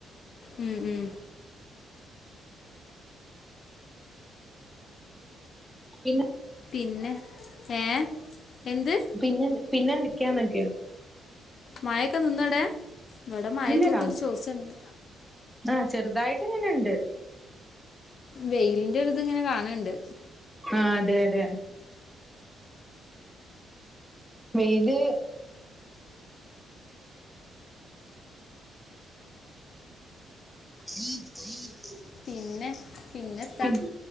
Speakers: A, on the left; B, in the centre.
A: ഉം ഉം
B: പിന്നെ
A: പിന്നെ ഏ എന്ത്
B: പിന്നെ എന്തൊ പിന്നെന്തെക്ക്യാന് ചോയ്ക്കാ
A: മാഴക്കെ നിന്നടെ ഇവടെ മാഴക്കൊക്കെ
B: ഇല്ലടാ
A: ഒരു ചോർച്ചണ്ട്
B: ആഹ് ചെറ്തായിട്ട് ഇങ്ങനെണ്ട്
A: വെയില്ന്റെ ഒര്ത്ങ്ങനെ കാണ് ഇണ്ട്
B: ആഹ് അതെ അതെ വെയ്ല് <unintelligible>
A: പിന്നെ പിന്നെത്താ
B: പി